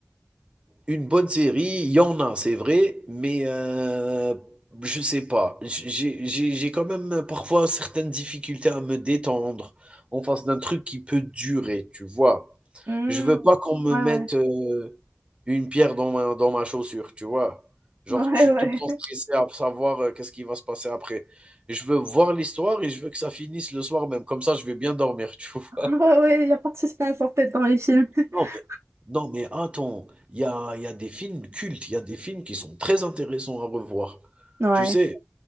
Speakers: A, on the right (about 25°); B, on the right (about 65°).
A: Une bonne série, il y en a, c'est vrai, mais heu, je sais pas. J'ai j'ai j'ai j'ai quand même euh, parfois certaines difficultés à me détendre en face d'un truc qui peut durer, tu vois?
B: Hmm.
A: Je veux pas qu'on me
B: Ouais,
A: mette,
B: ouais.
A: heu, une pierre dans ma dans ma chaussure, tu vois? Genre,
B: <laughs> Ouais,
A: je suis
B: ouais.
A: tout le temps stressé à savoir, heu, qu'est-ce qui va se passer après. Je veux voir l'histoire et je veux que ça finisse le soir même, comme ça je vais bien dormir, <laughs> tu vois?
B: Ah ouais, ouais, il n'y a pas de suspense en fait dans les films. <laughs>
A: Non, mais non, mais attends, il y a il y a des films cultes, il y a des films qui sont très intéressants à revoir.
B: Ouais.
A: Tu sais?